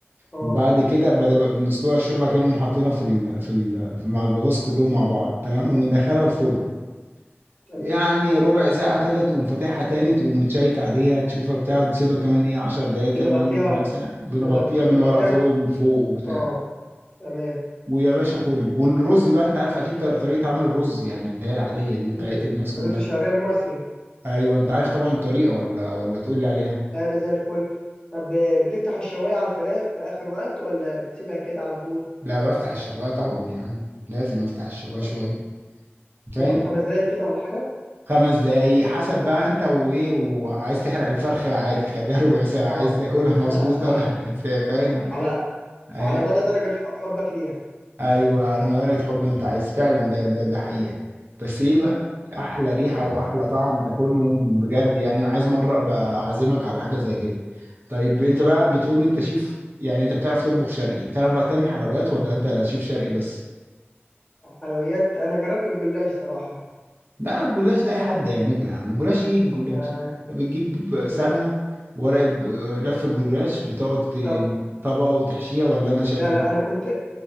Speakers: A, on the left (about 25°); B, on the right (about 55°).
A: اه
B: وبعد كده بدأ بنسلقها شويه بعد كده نقوم حاطينها في ال في ال في- مع البطاطس كلهم مع بعض تمام وندخلها الفرن
A: تمام تمام
B: يعني ربع ساعه كده تقوم فاتحها تاني تقوم متشيك عليها تشوفها بتاع تسيبها كمان ايه 10 دقايق كمان
A: بتغطيها
B: ربع ساعه بنغطيها
A: بتغطي
B: من
A: بتغطيها
B: ورق فويل
A: ب...
B: من فوق وبتاع
A: اه تمام
B: ويا باشا كل والرز بقى انت عارف اكيد طريقه طريقة عمل الرز يعني اللي هي العاديه دي بتاعت
A: رز
B: الناس كلها
A: رز الشعريه المصري
B: ايوه انت عارف طبعا الطريقه ولا ولا تقول لي عليها
A: ده ده زي الفل طب آه، بتفتح الشوايه على الفراخ في اخر وقت ولا بتسيبها كده على طول
B: لا بفتح الشوايه طبعا يا عم لازم افتح الشوايه
A: لا،
B: شويه فاهم
A: ممكن خمس دقايق كده ولا حاجه
B: خمس دقايق حسب بقى انت وايه وعايز تحرق الفرخة عادي خليها ربع ساعة
A: اه
B: عايز تاكلها
A: <laughs>
B: مظبوطة
A: صح
B: <laughs> فاهم
A: على
B: آه،
A: على مدى درجه ح- حبك ليها
B: ايوه على ما درجة حب انت عايز فعلا ده ده ده حقيقة بس ايه بقى احلى ريحة واحلى طعم تاكلهم بجد يعني انا عايز مرة ابقى اعزمك على حاجة زي كده طيب انت بقى بتقول لي انت شيف يعني انت بتعرف تطبخ شرقي بتعرف بقى تعمل حلويات
A: اه
B: ولا انت شيف شرقي بس
A: حلويات انا جربت الجلاش صراحه
B: لا الجلاش ده اي حد يعمله يا عم الجلاش ايه الجلاش
A: ما
B: انت بتجيب سمنه
A: لا
B: ورق الج- رف جلاش بتقعد ت-
A: بالضبط
B: طبقه وتحشيها ولا انا شايف
A: لا
B: ايه
A: لا انا كنت